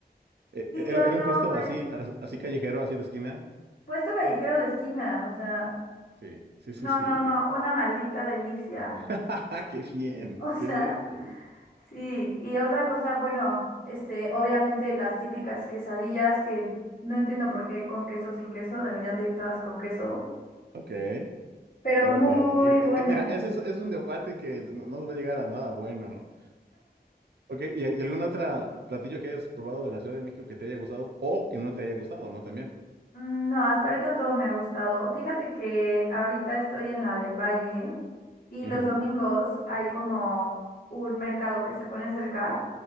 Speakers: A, on the right; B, on the left.
A: E-
B: Y
A: e-
B: yo
A: ¿Era,
B: no
A: era un puesto
B: manches.
A: así, as- así callejero, así de esquina?
B: Puesto callejero de esquina, o sea,
A: Sí, sí,
B: no,
A: sí, sí.
B: no, no, una maldita delicia.
A: <laughs> ¡Ja,
B: <laughs>
A: ja! ¡Qué bien!
B: O sea,
A: ¡Qué bien! ¡Qué bien!
B: sí. Y otra cosa, bueno, este, obviamente las típicas quesadillas que no entiendo por qué con queso sin queso, deberían de ir todas con queso,
A: Ok.
B: pero
A: Ok,
B: muy
A: y, eh,
B: buenas.
A: eh, mira, ese es, es un debate que no no nos va a llegar a nada bueno, ¿no? Ok, ¿y, y algún otro platillo que hayas probado de la Ciudad de México que te haya gustado o que no te haya gustado, ¿no? También.
B: Mm, No, hasta ahorita todo me ha gustado. Fíjate que ahorita estoy en la del Valle y
A: Ujú,
B: los domingos hay como un mercado que se pone cerca